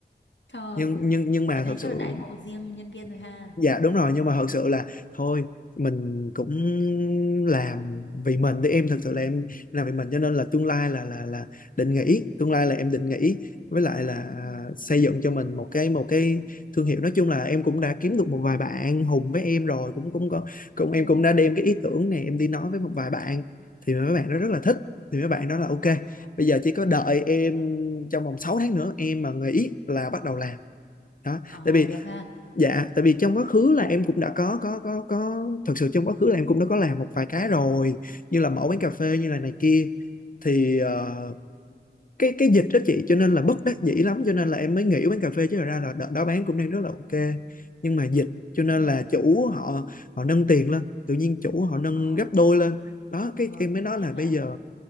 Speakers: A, on the left; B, on the left.
A: trời
B: nhưng nhưng nhưng mà
A: cái này
B: thật
A: chắc
B: sự
A: là đãi ngộ riêng nhân viên rồi ha
B: dạ đúng rồi nhưng mà thật sự là thôi mình cũng làm vì mình thì em thật sự là em làm vì mình cho nên là tương lai là là là định nghỉ tương lai là em định nghỉ với lại là à,
A: ừ
B: xây dựng cho mình một cái một cái thương hiệu nói chung là em cũng đã kiếm được một vài bạn hùng với em rồi cũng cũng có cũng em
A: ừ
B: cũng đã đem cái ý tưởng này em đi nói với một vài bạn thì mấy bạn nó rất là thích thì mấy bạn nói là ok
A: ờ
B: bây giờ chỉ có đợi em trong vòng 6 tháng nữa em mà nghỉ là bắt đầu làm đó
A: ờ,
B: tại vì
A: được ha
B: Dạ, tại vì trong quá khứ là em cũng đã có có có có thật sự trong quá khứ là em cũng đã có làm một vài cái rồi như là mẫu quán cà phê như là này kia thì ờ, cái cái dịch đó chị cho nên là bất đắc dĩ lắm cho nên là em mới nghỉ quán cà phê chứ thật ra là đợt đó bán cũng đang rất là ok nhưng mà dịch cho nên
A: ừ
B: là chủ họ họ nâng tiền lên tự nhiên chủ họ nâng
A: ờ
B: gấp đôi lên đó cái
A: rồi
B: em mới
A: rồi
B: nói
A: biết
B: là bây
A: mà
B: giờ